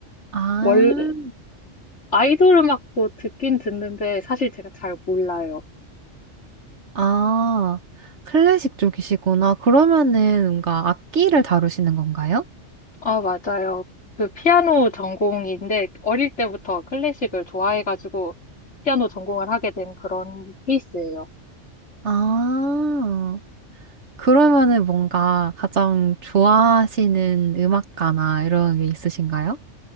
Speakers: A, on the right; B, on the left.
A: 아,
B: 원 아이돌 음악도 듣긴 듣는데 사실 제가 잘 몰라요.
A: 아, 클래식 쪽이시구나. 그러면은 뭔가 악기를 다루시는 건가요?
B: 아, 맞아요. 그 피아노 전공인데 어릴 때부터 클래식을 좋아해가지고 피아노 전공을 하게 된 그런 케이스예요.
A: 아, 그러면은 뭔가 가장 좋아하시는 음악가나 이런 게 있으신가요?